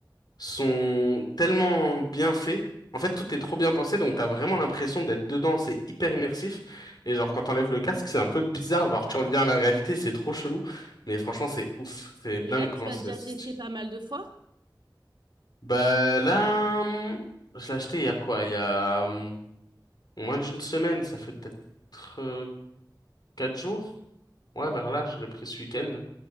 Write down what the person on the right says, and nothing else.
Et
là, tu
as
déjà
testé pas mal de fois?
Ok.